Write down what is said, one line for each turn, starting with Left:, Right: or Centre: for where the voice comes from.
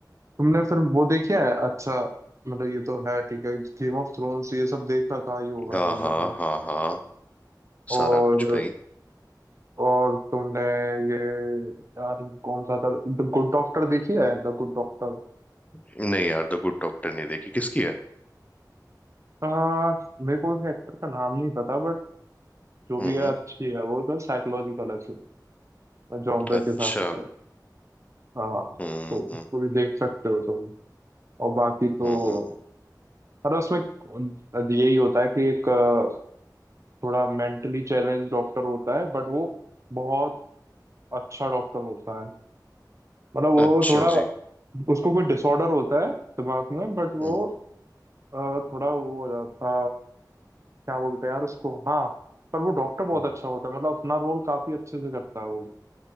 Right: तुमने फिर वो देखी है अच्छा मतलब ये तो है ठीक है गेम ऑफ थ्रोन्स ये सब देख रखा ही होगा
Left: हाँ
Right: तुमने
Left: हाँ
Right: तो
Left: हाँ हाँ
Right: और
Left: सारा कुछ भाई
Right: और तुमने ये यार कौन सा था द गुड डॉक्टर देखी है द गुड डॉक्टर
Left: नहीं यार द गुड डॉक्टर नहीं देखी किसकी है
Right: हाँ मेरे को एक्टर का नाम नहीं पता बट जो
Left: हम्म
Right: भी है
Left: हम्म,
Right: अच्छी है वो तो साइकोलॉजिकल है जॉनर
Left: अच्छा
Right: के हिसाब से हाँ
Left: हम्म
Right: तो उसको
Left: हम्म
Right: भी देख सकते हो तुम और बाकी तो
Left: हम्म हम्म,
Right: मतलब उसमें यही होता है कि एक अ, थोड़ा मेंटली चैलेंज डॉक्टर होता है बट वो बहुत अच्छा डॉक्टर होता है मतलब वो
Left: अच्छा
Right: थोड़ा
Left: जी
Right: उसको कोई डिसऑर्डर होता है दिमाग में बट
Left: हम्म
Right: वो अ, थोड़ा वो हो जाता क्या बोलते हैं यार उसको हाँ पर वो डॉक्टर बहुत
Left: हम्म।
Right: अच्छा होता है मतलब अपना रोल काफी अच्छे से करता है वो